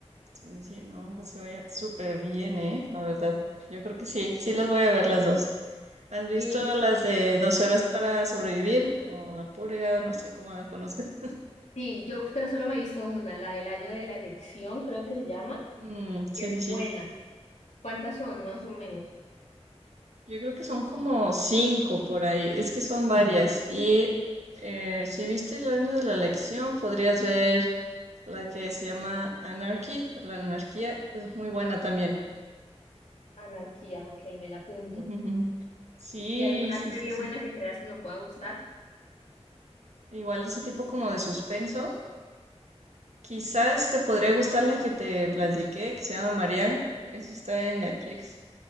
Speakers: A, on the right (about 80°); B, on the left (about 85°).
A: sí, sí, sí, no, pues se oye súper bien, ¿eh? La verdad, yo creo que sí, sí las voy a ver las dos. ¿Has visto
B: Y
A: las de 12 horas para sobrevivir o la purga, no sé cómo la conozcas? <laughs>
B: Sí, yo, pero solo me he visto una, la del año de la elección, creo que se llama,
A: Mm,
B: y
A: sí,
B: es
A: sí,
B: buena.
A: sí.
B: ¿Cuántas son, más o menos?
A: Yo creo que son como cinco por ahí, es que son varias. Y eh, si viste el año de la elección, podrías ver la que se llama Anarchy, la anarquía, es muy buena también.
B: Anarquía, ok, me la apunto.
A: Ujú, ujú. Sí,
B: ¿Y alguna
A: sí,
B: serie
A: sí, sí.
B: buena que creas que me pueda gustar?
A: Igual ese tipo como de suspenso. Quizás te podría gustar la que te platiqué, que se llama Marianne. Esa está en Netflix.